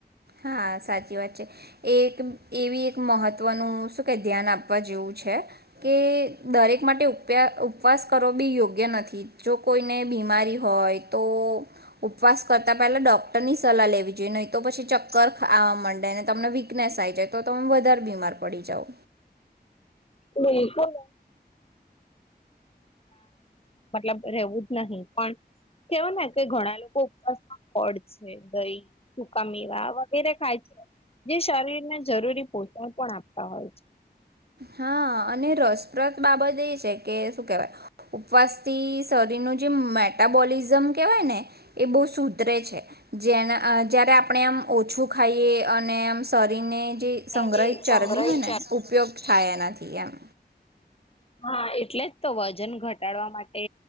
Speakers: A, on the right; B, on the left.
A: હા સાચી વાત છે એક એવી એક મહત્વનું શું કે ધ્યાન આપવા જેવું છે કે દરેક માટે ઉપવાસ કરવો બી યોગ્ય નથી જો કોઈને ય તો ઉપવાસ કરતા પેલા ડોક્ટરની સલાહ લેવી જોઈએ નહી તો પછ માં તમને વીકનેસ જાય તો તમે વધારે બીમાર પડી જાવ
B: બિલકુલ મતલબ રહેવું જ નહીિ પણ કેવાો ને કે ઘણા લોકો ઉપવાસમાં પડ છે દહી સુકામેવા વગેરે ખાય છે જે શરીરને જરૂરી પોષણ પણ આપતા હોય છે
A: હા અને રસપ્રદ બાબત એ છે કે શું કેવાય ઉપવાસ થી શરીર ન મેટાબોલ એક્ઝામ કેવાયને એ બો સુધરે છે જે જ્યારે આપણે એમ ઓછું ખાઈએ અને આમ શરીરને જે સંગ્રહિત
B: જે
A: ચરબી
B: સંગ્રહિત
A: હોય ને ઉપયોગ ના થયામ
B: હા એટલે જ તો વજન ઘટાડવા માટે